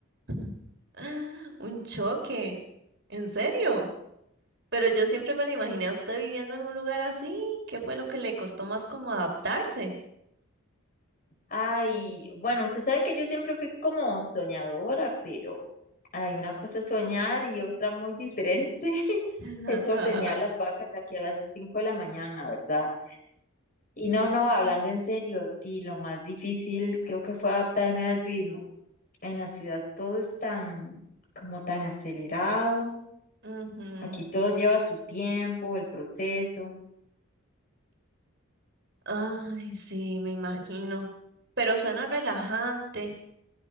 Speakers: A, on the right (about 55°); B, on the left (about 40°).
A: <laughs> Un choque. ¿En serio? Pero yo siempre me la imaginé a usted viviendo en un lugar así. ¿Qué fue lo que le costó más como adaptarse?
B: Ay, bueno, usted sabe que yo siempre fui como soñadora, pero hay una cosa es soñar y otra muy diferente <laughs>
A: <laughs>
B: es ordeñar las vacas aquí a las 5 de la mañana, ¿verdad? Y no, no, hablando en serio, di, lo más difícil creo que fue adaptarme al ritmo. En la ciudad todo es tan, como tan acelerado.
A: Ujú.
B: Aquí todo lleva su tiempo, el proceso.
A: Ay, sí, me imagino. Pero suena relajante.